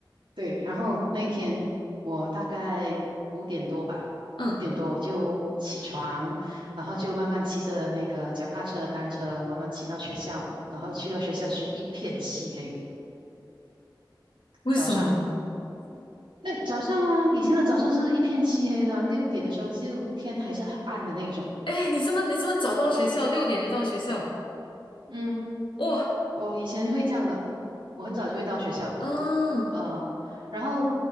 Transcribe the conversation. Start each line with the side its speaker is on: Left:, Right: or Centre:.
Right: 对，然后那一天我大概五点多吧，
Left: 嗯，
Right: 五点多我就起床，然后就慢慢骑着那个脚踏车、单车，慢慢骑到学校，然后去到学校是一片漆黑。
Left: 为什么？
Right: 早上，那早上啊，以前的早上是一片漆黑的啊六点的时候就天还是很暗的那种。
Left: 哎，你这么你这么早到学校，六点就到学校，
Right: 嗯，
Left: 哇，
Right: 我以前会这样的，我很早就会到学校，
Left: 嗯
Right: 呃，然后